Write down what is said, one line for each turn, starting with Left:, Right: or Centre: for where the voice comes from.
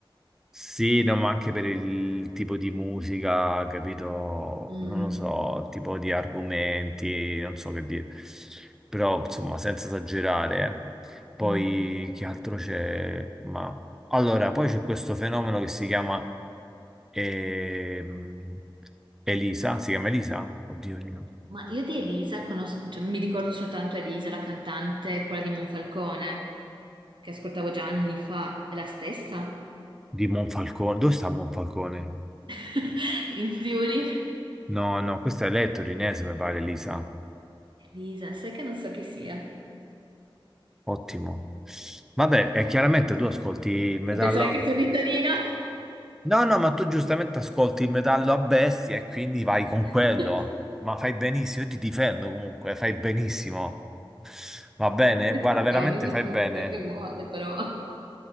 Centre: Sì, no, ma anche per il tipo di musica, capito?
Right: Mm,
Centre: Non lo so, tipo di argomenti, non so che dire. Però, insomma, senza esagerare. eh. Poi,
Right: mm.
Centre: che altro c'è? Ma... Allora, poi c'è questo fenomeno che si chiama ehm, Elisa, si chiama Elisa? Oddio mio.
Right: Ma io di Elisa conosco, cioè, mi ricordo soltanto Elisa, la cantante, quella di Monfalcone, che ascoltavo già anni fa, è la stessa
Centre: Di Monfalcone. Dove sta Monfalcone?
Right: <laughs> in Friuli.
Centre: No, no, questa è lei è torinese, mi pare, Elisa.
Right: Elisa, sai che non so chi sia?
Centre: Ottimo. Vabbè, e chiaramente tu ascolti il metallo.
Right: Pensare che sia di Torino?
Centre: No, no, ma tu giustamente ascolti il metallo a bestia e quindi vai con quello.
Right: <laughs>
Centre: Ma fai benissimo, io ti difendo comunque, fai benissimo. Va bene?
Right: No, perché
Centre: Guarda, veramente
Right: no, ognuno
Centre: fai
Right: ascolti
Centre: bene.
Right: quel che vuole, però.